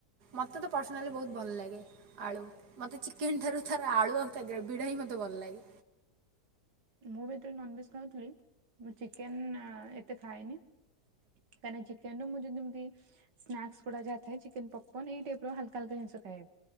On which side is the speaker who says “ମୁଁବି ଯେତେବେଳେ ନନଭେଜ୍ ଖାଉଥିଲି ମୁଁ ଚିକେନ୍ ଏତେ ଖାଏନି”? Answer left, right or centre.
Right